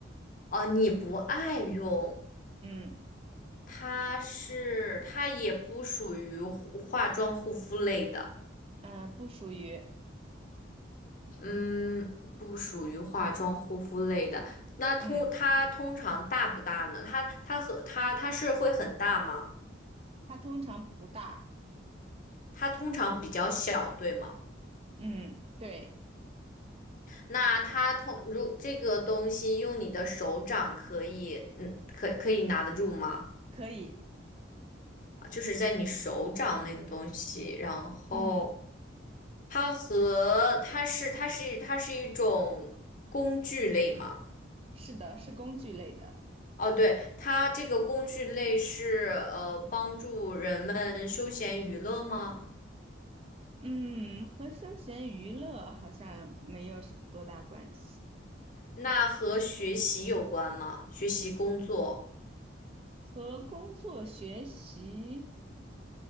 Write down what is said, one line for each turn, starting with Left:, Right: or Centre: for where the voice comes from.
Left: 哦，你不爱用，
Right: 嗯
Left: 它是它也不属于护化妆护肤类的，
Right: 嗯、呃不属于。
Left: 嗯，不属于化妆护肤类的。那通它通常大不大呢？
Right: 嗯，
Left: 它它和它它是会很大吗？
Right: 它通常不大。
Left: 它通常比较小，对吗？
Right: 嗯，对，
Left: 那它通如这个东西用你的手掌可以，嗯，可可以拿得住吗？
Right: 可以。
Left: 啊，就是在你手掌内的东西，然后。
Right: 嗯，
Left: 它和它是它是它是一种工具类吗？
Right: 是的，是工具类的。
Left: 哦，对，它这个工具类是呃帮助人们休闲娱乐吗？
Right: 嗯，和休闲娱乐好像没有多大关系，
Left: 那和学习有关吗？学习工作
Right: 和工作学习，